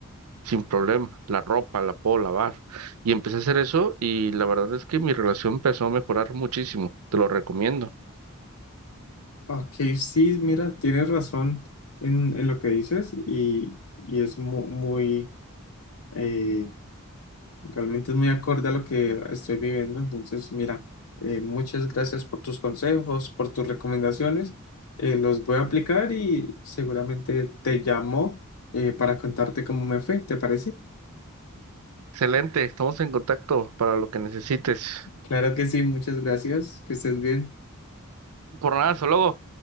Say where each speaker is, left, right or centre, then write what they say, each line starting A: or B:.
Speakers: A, on the right; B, on the left.
A: sin problema. La ropa la puedo lavar. Y empecé a hacer eso y la verdad es que mi relación empezó a mejorar muchísimo. Te lo recomiendo.
B: Ok, sí, mira, tienes razón en, en lo que dices y, y es mu- muy, eh, realmente es muy acorde a lo que estoy viviendo. Entonces, mira, eh, muchas gracias por tus consejos, por tus recomendaciones. Eh, los voy a aplicar y seguramente te llamo eh, para contarte cómo me fue, ¿te parece?
A: Excelente, estamos en contacto para lo que necesites.
B: Claro que sí, muchas gracias, que estés bien.
A: Por nada, hasta luego.